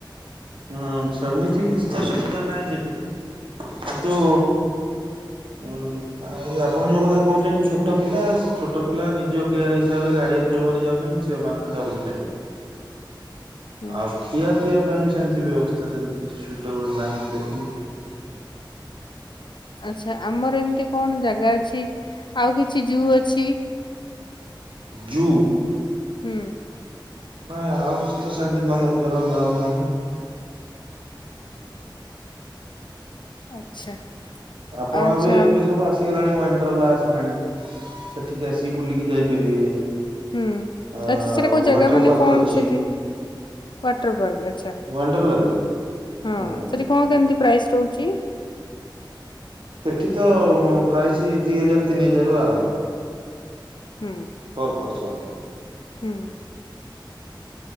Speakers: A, on the right; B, on the left.
A: ହଁ ସେମିତି କିଛି ତ ସୁବିଧା ନାହିଁ ସେଠି କିନ୍ତୁ ହୁଁ। ଆ ଆପଣ ଯୋଉ କଥା କହୁଛନ୍ତି ଛୋଟ ପିଲା ଛୋଟ ପିଲା ନିଜ କେୟାର ହିସାବରେ ଗାର୍ଡିଆନ ଯୋଉମାନେ ଯାଉଛନ୍ତି ସେମାନେ ଧରିକି ନବେ।
B: ହୁଁ
A: ଆଉ ଖିଆ ପିଇବା ପାଇଁ ବି ସେମିତି ବ୍ୟବସ୍ଥା ସେମତି କିଛି ସୁଇଟେବୁଲ୍ ନାହିଁ ମୁଁ ଦେଖିନି।
B: ଆଚ୍ଛା ଆମର ଏମିତି କଣ ଜାଗା ଅଛି ଆଉ କିଛି ଜୁ ଅଛି।
A: ଯୁ
B: ହୁଁ।
A: ନାଇଁ ଆଉ କିଛି ତ ସେମିତି ନନ୍ଦନ୍ କାନନ୍ ଯଉ ନାହାନ୍ତି।
B: ଆଚ୍ଛା।
A: ଆପଣ
B: ଆଚ୍ଛା
A: ଏବେ ଏବେ ସବୁ ଆସେ ଆଗଲାଣି ଵନ୍ଡ୍ର୍ଲା ଆସିଲାଣି ସେଠିକି ଆସିକି ବୁଲିକି ଯାଇପାରିବେ।
B: ହୁଁ
A: ଆଉ
B: ଆଚଛା ସେଟା କୋଉ ଜାଗା
A: ୱାଟର
B: ମାନେ
A: ପାର୍କ
B: କଣ
A: ଅଛି
B: ସେଠି? ୱାଟର ପାର୍କ ଆଛା,
A: ୱାଣ୍ଡ୍ରେଲାରେ
B: ହଁ,
A: ହୁଁ।
B: ସେଠି କଣ କେମିତି ପ୍ରାଇସ୍ ରହୁଛି?
A: ସେଠି ତ ପ୍ରାଇସ୍, ଦି ହଜାର୍, ତିନି ହଜାର୍ ରୁ ଆରମ୍ଭ।
B: ହୁଁ
A: ପର୍ ପର୍ସନ୍।
B: ହୁଁ